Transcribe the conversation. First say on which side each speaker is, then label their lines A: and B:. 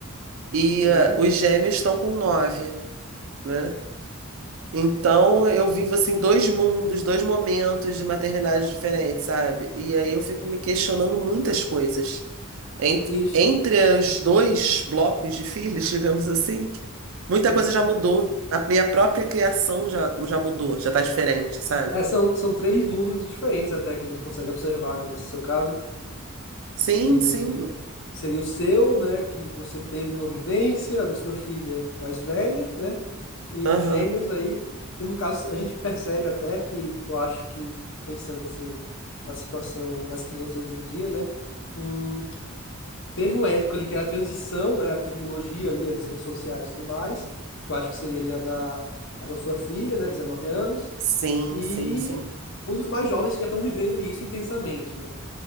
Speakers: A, on the right (about 65°); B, on the left (about 60°).
A: e
B: Sim,
A: eh, os gêmeos estão com 9, né? Então, eu vivo, assim, dois mundos, dois momentos de maternidade diferentes, sabe? E aí eu fico me questionando muitas coisas. Ent-
B: isso.
A: Entre os dois blocos de filhos, <laughs> digamos assim, muita
B: <laughs>
A: coisa já mudou. A minha própria criação já, já mudou, já tá diferente, sabe?
B: É, são, são três mundos diferentes até que a gente consegue observar, né, nesse seu caso.
A: Sim,
B: que
A: sim.
B: seria o seu, né? Que você teve uma vivência da sua filha mais velha, né? E
A: Aham.
B: dos gêmeos aí, que no caso a gente percebe até que eu acho que pensando assim na situação das crianças hoje em dia, né? hum, teve uma época ali que era a transição, né? A tecnologia ali, as redes sociais e tudo mais, que eu acho que seria ali a da, a da sua filha, né? 19 anos,
A: Sim,
B: e
A: sim, sim.
B: um dos mais jovens que já estão vivendo isso intensamente, né?